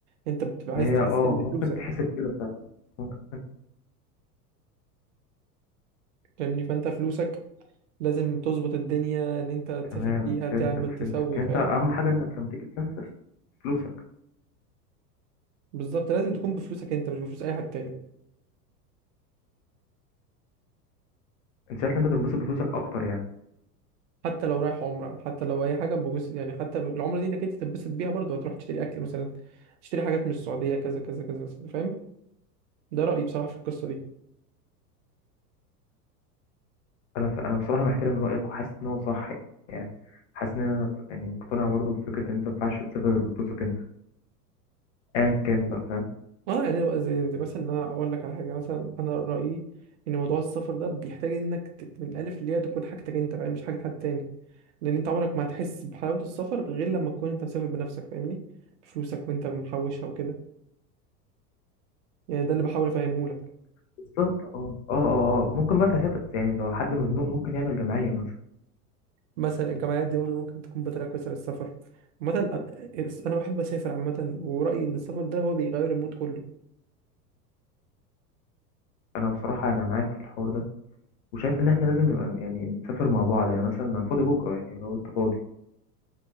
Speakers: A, on the right (about 45°); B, on the left (about 45°).
A: انت بتبقى
B: ما
A: عايز
B: هي
A: تحس
B: اه
A: ان دي
B: ممكن
A: فلوسك
B: تحسب كده فعلا ممكن
A: فاهمني فانت فلوسك لازم تظبط الدنيا ان انت تسافر
B: تمام
A: بيها تعمل
B: فهمتك فهمتك
A: تسوي
B: يعني
A: فاهم
B: انت اهم حاجة انك لما تيجي تسافر فلوسك
A: بالظبط لازم تكون بفلوسك انت مش بفلوس اي حد تاني
B: انت شايف انت تنبسط بفلوسك اكتر يعني
A: حتى لو رايح عمره حتى لو اي حاجه ببص يعني حتى العمره دي انك انت تتبسط بيها برضه هتروح تشتري اكل مثلا تشتري حاجات من السعوديه كذا كذا كذا فاهم ده رايي بصراحه في القصه دي
B: انا ف... انا بصراحه محترم رايك وحاسس ان هو صح يعني حاسس ان انا يعني مقتنع برضو بفكره ان انت ما ينفعش تسافر غير بفلوسك انت ايا كان بقى فاهم
A: اه يعني بقى زي زي مثلا ان انا اقول لك على حاجه مثلا انا رايي ان موضوع السفر ده بيحتاج انك ت- من الالف للياء تكون حاجتك انت فاهم مش حاجه حد تاني لان انت عمرك ما هتحس بحلاوه السفر غير لما تكون انت مسافر بنفسك فاهمني بفلوسك وانت محوشها وكده يعني ده اللي بحاول افهمه لك
B: بالظبط اه اه اه اه ممكن بقى تفتح يعني لو حد مزنوق ممكن يعمل جمعيه مثلا
A: مثلا الجامعات دي برضه ممكن تكون بطريقه كويسه للسفر عامه أ- انا بحب اسافر عامه ورايي ان السفر ده هو بيغير المود كله
B: انا بصراحه انا معاك في الحوار ده وشايف ان احنا لازم نبقى يعني نسافر مع بعض يعني مثلا انا فاضي بكره يعني لو انت فاضي